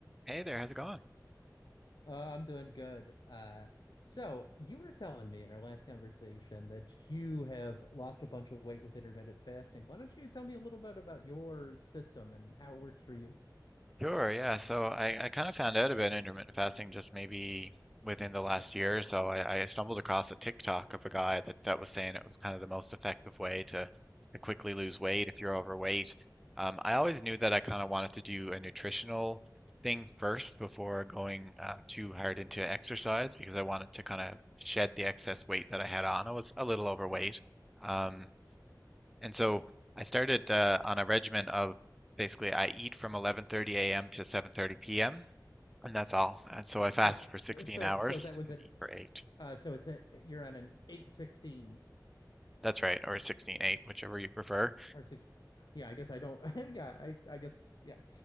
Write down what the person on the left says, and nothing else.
Uh, I'm doing good. Uh, so you were telling me in our last conversation that you have lost a bunch of weight with intermittent fasting. Why don't you tell me a little bit about your system and how it works for you?
Uh,
so
so that was
an
uh, so it's a you're on an 816
or six. Yeah, I guess I don't. <laughs> Yeah, I I guess yeah.